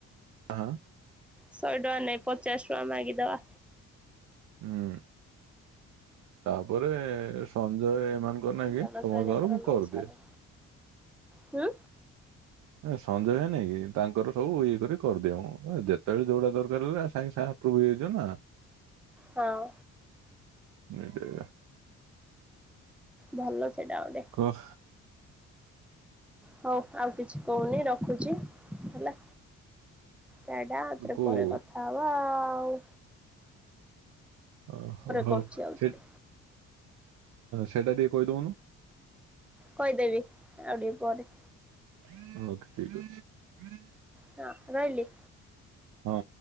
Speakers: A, on the right; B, in the centre.
A: ହଁ।
B: ଶହେ ଟଙ୍କା ନାଇଁ ପଚାଶ ଟଙ୍କା ମାଗି ଦବା।
A: ହୁଁ ତାପରେ ସଞ୍ଜୟ ଏ ମାନେ ନ
B: ଜନସେବା
A: ସମସ୍ତଙ୍କରୁ
B: କେନ୍ଦ୍ର
A: ମୁଁ
B: ନଉଶହରେ
A: କରିଦିଏ।
B: ହୁଁ।
A: ସଞ୍ଜୟ ହେଇନି କି ତାଙ୍କର ସବୁ ଇଏ କରି କରିଦିଏ ମୁଁ ଯେତେବେଳେ ଯୋଉଡା ଦରକାର ହେଲା ସାଙ୍ଗେ ସାଙ୍ଗେ ଆପ୍ରୁଭ ହେଇଯିବ ନା।
B: ହଁ
A: ନିଟ୍ରେଲା।
B: ଭଲ ସେଇଟା ଗୋଟେ।
A: କହ
B: ହଉ ଆଉ କିଛି କହୁନି ରଖୁଛି ହେଲା। ଟା ଟା ଆଉ ଥରେ
A: କୋଉ
B: ପରେ କଥା ହବା। ହଉ।
A: ଓ ହଉ
B: କରୁଛି ଆଉଥରେ
A: ସେ ସେଟା ଟିକେ କହିଦଉନୁ।
B: କହିଦେବି ଆଉ ଟିକେ ପରେ।
A: ଓକେ ହଁ ଠିକ ଅଛି।
B: ହଁ ରହିଲି?
A: ହଁ।